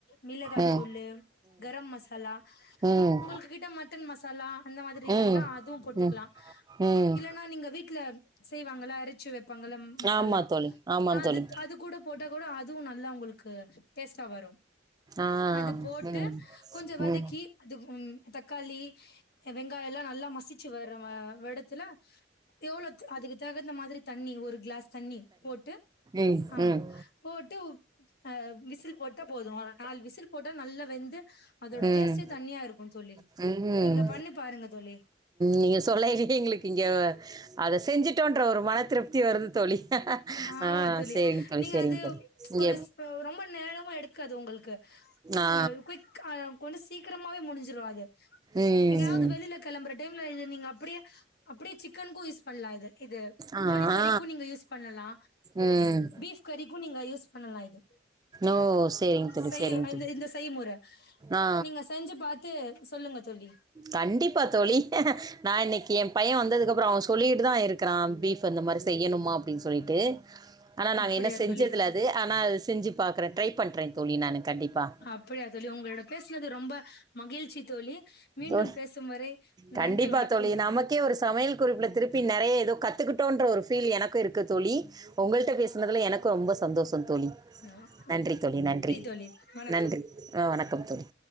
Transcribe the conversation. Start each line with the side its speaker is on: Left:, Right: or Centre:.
Left: மிளகாதூளு
Right: ம் ம்
Left: கரம் மசலா
Right: ம்
Left: உங் உங்களு கிட்ட மட்டன் மஹ் தலா அந்த மாதிரி
Right: ம்
Left: இருந்தா அதுவு பொட்டுக்கலா
Right: ம் ம்
Left: இல்லன்னா நீங்க விட் ட்ல செய்வாங்கள அரச்சு வ பங்களம் மசாலா
Right: ஆமா தோழி ஆமா
Left: அது
Right: தோழி
Left: அது போட்ட கூட அதுவு நல்லா உங்களுக்கு டேஸ்ட்டா வரு
Right: ஆ
Left: அது போட்டு
Right: ம்
Left: கொஞ்சோ வதக்கி
Right: ம்
Left: அது உ தக்காளி வெங்காய எல்லாம் நல்லா மசிச்சு வர வ வ வெடத்துல எவ்வளோ அதுக்கு தகுந்த மாதிரி தண்ணி ஒரு க்ளாஸ் தண்ணி போட்டு
Right: ம்
Left: ஆமா
Right: ம்
Left: போட்டு ஆஹ விசில் போட்டா போதும் ஒரு நாலு விசில் போட்டா நல்லா வெந்து அதோட
Right: ம்
Left: டேஸ்டே தனியா இருக்கும் தோழி
Right: ம்
Left: நீங்க பண்ணுபாருங்க தோழி
Right: நீங்க சொல்லையிலயே எங்களுக்கு இங்க அத செஞ்சுட்டோன்ற ஒரு மன திருப்தி வருது தோழி
Left: ஆமா
Right: ஆ
Left: தோழி
Right: சேரிங்க தோழி
Left: நீங்க
Right: சேரிங்க
Left: அது
Right: தோழி இங்க
Left: ஒரு ரொம்ப நேரமு எடுக்காது உங்கள்க்கு
Right: ஆ
Left: ஒனர் குயிக்கா கொஞ்ஜொ சீக்கிரமாவே முடிச்சுரு அது
Right: ம்
Left: எங்கயாவது வெளியில கெளம்பற டைம்ல இருந்தீங்க அப்டியே அப்டியே சிக்கனுக்கு யூஸ் பண்ணலா இது இது
Right: ஆ
Left: கோழி கறிக்கு
Right: ஆ
Left: நீங்க யூஸ் லா
Right: ம்
Left: பீஃப் கறிக்கு நீங்க யூஸ் பண்ணலா இது
Right: ஓ சேரிங்க தோழி
Left: செய்
Right: சேரிங்க
Left: இந்த
Right: தோழி
Left: இந்த செய்முற
Right: ஆ
Left: நீங்க செஞ்சு பாத்து சொல்லுங்க தோழி
Right: கண்டிப்பா தோழி நா இன்னக்கி எ பைய வந்தது அது அப்றோ அவ சொல்லிட்டு தா இருக்குறா பீஃப் அந்த மாரி செய்யணுமா அப்டின் சொல்லிட்டு ஆனா நாங்க
Left: அப்படியா
Right: இன்னு செஞ்சதுல்ல
Left: தோழி
Right: அது ஆனா செஞ்சு பாக்கறே டிரை பண்றே தோழி நானு கண்டிப்பா
Left: அப்படியா தோழி உங்களோட பேசுனது ரொம்ப மகிழ்ச்சி தோழி மீண்டும்
Right: ஓ
Left: பேசும் வரை
Right: கண்டிப்பா
Left: நன்றி வணக்கம்
Right: தோழி நமக்கே ஒரு சமையல் குறிப்புல திருப்பி நெறைய ஏதோ கத்துக்கிட்டோன்ற ஒரு ஃபீல் எனக்கு இருக்கு தோழி உங்கள்ட்ட பேச பேசுனதுல எனக்கு ரொம்ப சந்தோஷம் தோழி
Left: அஹ்
Right: நன்றி தோழி நன்றி
Left: தோழி வணக்கம்
Right: நன்றி ஆ வணக்கம் தோழி